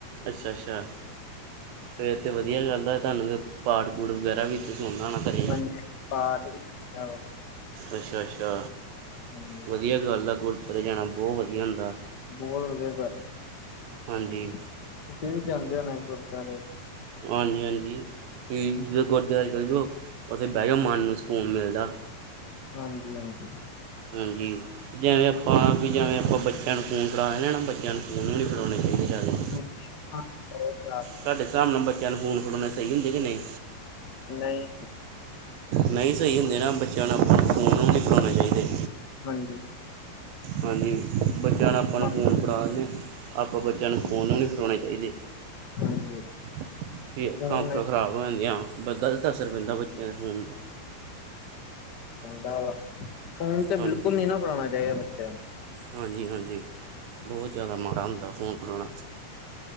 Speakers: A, on the right; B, on the left.
A: ਅੱਛਾ ਅੱਛਾ ਫਿਰ ਤਾਂ ਵਧੀਆ ਚੱਲਦਾ ਤੁਹਾਨੂੰ ਪਾਠ ਪੂਠ ਵਗੈਰਾ ਵੀੱ ਸਣਂਦਾ ਹੋਣਾ ਘਰ
B: ਹਾਂਜੀ ਪਾਠ ਵੀ ਆ
A: ਅੱਛਾ ਅੱਛਾ
B: ਹਾਂਜੀ
A: ਵਧੀਆ ਗੱਲ ਆ ਗੁਰਦੁਆਰੇ ਜਾਣਾ ਬਹੁਤ ਵਧੀਆ ਹੁੰਦਾ।
B: ਬਹੁਤ ਵਧੀਆ ਗੱਲ ਐ,
A: ਹਾਂਜੀ
B: ਤੁਸੀਂ ਵੀ ਜਾਂਦੇ ਹੋ ਨਾ ਗੁਰਦੁਆਰੇ।
A: ਹਾਂਜੀ-ਹਾਂਜੀ ਜੀ, ਗੁਰਦੁਆਰੇ ਚੱਲ ਜਾਓ, ਉੱਥੇ ਬਹਿ ਜਾਓ ਮਨ ਨੂੰ ਸਕੂਨ ਮਿਲਦਾ।
B: ਹਾਂਜੀ, ਹਾਂਜੀ।
A: ਹਾਂਜੀ, ਜਿਵੇਂ ਆਪਾਂ ਵੀ ਜਿਵੇਂ, ਆਪਾਂ ਬੱਚਿਆਂ ਨੂੰ ਫੋਨ ਫੜਾ ਲੈਣਾ ਬੱਚਿਆਂ ਨੂੰ ਫੋਨ ਵੀ ਨਹੀਂ ਫੜਾਉਣੇ ਚਾਹੀਦੇ ਜਿਆਦਾ।
B: <unintelligible>
A: ਤੁਹਾਡੇ ਹਿਸਾਬ ਨਾਲ ਬੱਚਿਆਂ ਨੂੰ ਫ਼ਨ ਫੜੋਉਣੇ ਸਹੀ ਹੁੰਦੇ ਕਿ ਨਹੀਂ?
B: ਨਹੀਂ,
A: ਨਹੀਂ ਸਹੀ ਹੁੰਦੇ, ਨਾ ਬੱਚਿਆਂ ਨੂੰ ਆਪ ਫੋਨ ਨਹੀਂ ਫੜਾਉਣੇ ਚਾਹੀਦੇ।
B: ਹਾਂਜੀ,
A: ਹਾਂਜੀ ਬੱਚਿਆਂ ਨੂੰ ਆਪਾਂ
B: ਮੈਂ-
A: ਨੂੰ ਫੋਨ ਫੜਾ ਦਿੰਦੇ, ਹਾਂ ਆਪਾਂ ਬੱਚਿਆਂ ਨੂੰ ਫੋਨ ਨੂੰ ਨਹੀਂ ਫੜਾਉਣੇ ਚਾਹੀਦੇ।
B: ਹਾਂਜੀ,
A: ਅੱਖਾਂ
B: ਫੋਨ
A: ਅੱਖਾਂ
B: ਨਹੀਂ,
A: ਖਰਾਬ ਹੋ ਜਾਂਦੀਆਂ, ਗ਼ਲਤ ਅਸਰ ਪੈਂਦਾ ਬੱਚਿਆਂ ਦੇ ਫੋਨ ਦਾ।
B: ਦਾ ਫੋਨ ਤੇ
A: ਹਾਂਜੀ
B: ਬਿਲਕੁਲ ਨੀ ਨਾ ਫੜ੍ਹਾਉਣਾ ਚਾਹੀਦਾ ਬੱਚਿਆਂ ਨੂੰ,
A: ਹਾਂਜੀ, ਹਾਂਜੀ ਬਹੁਤ ਜ਼ਿਆਦਾ ਮਾੜਾ ਹੁੰਦਾ ਫ਼ੋਨ ਫੜਾਣਾ।